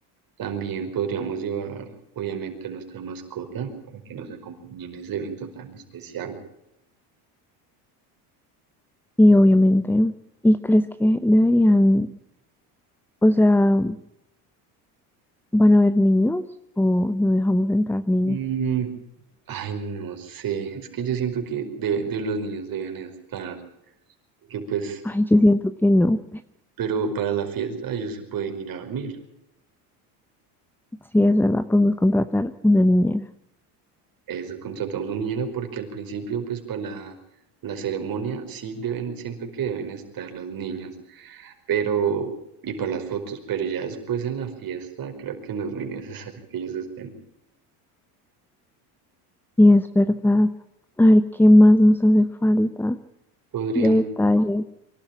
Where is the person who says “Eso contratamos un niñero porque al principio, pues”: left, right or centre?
Right